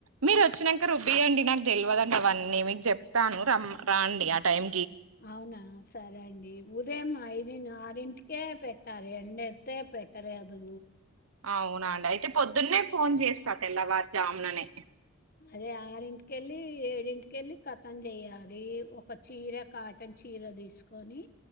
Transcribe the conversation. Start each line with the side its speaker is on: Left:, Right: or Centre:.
Right: మీరు వచ్చినంక రుబ్బీయండి నాక్ తెల్వదండి అవన్నీ మీక్ చెప్తాను రం రాండి ఆ టైం
Left: అవునా సరే అండీ. ఉదయమ్ ఐదిన్ ఆరింటి కే పెట్టాలే ఎండొస్తే పెట్టలేదూ
Right: అవునా అండి. అయితే పొద్దున్నే ఫోన్ చేస్తా. తెల్లా వార్ జామ్ లనే
Left: అదే ఆరింటికెళ్ళీ ఏడింటికెళ్ళీ ఖతం జెయ్యాలీ. ఒక చీర కాటన్ చీర తీసుకొని